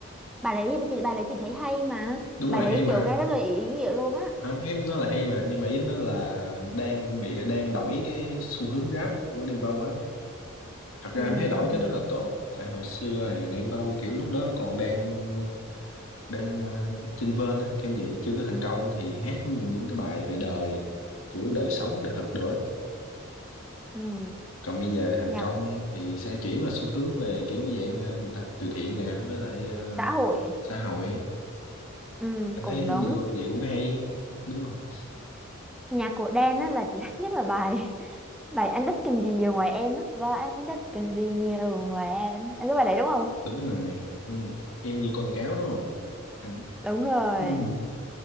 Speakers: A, in the centre; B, on the left.
A: bài đấy chị bài đấy chị thấy hay mà
B: đúng
A: bài
B: rồi
A: đấy
B: hay mà
A: kiểu nghe rất là ý nghĩa luôn á
B: không em nói là hay mà nhưng mà ý em nói là đang bị đang đổi cái xu hướng rap của Đen Vâu á thật ra
A: ừ,
B: em thấy đổi cái
A: ừ,
B: đó là tốt tại hồi xưa thì Đen Vâu kiểu lúc đó còn đang đang ờ, chênh vênh á kiểu vậy chưa có thành công thì hát những cái bài về đời kiểu đời sống đời thực nữa
A: ừ.
B: còn bây giờ thành
A: nhạc
B: công thì sẽ chuyển vào xu hướng về kiểu dạng ờ, gì ta từ thiện nè với lại ờ,
A: xã hội
B: xã hội
A: ừ,
B: anh
A: cũng
B: thấy
A: đúng
B: gì cũng- gì cũng hay đúng không
A: nhạc của Đen á là chị thích nhất là bài <laughs> bài anh đích cần gì nhiều ngoài em á và anh đích cần gì nhiều ngoài em à, cái bài đấy đúng không
B: đúng rồi Như- em như con cáo đúng không anh
A: đúng rồi
B: <clears throat>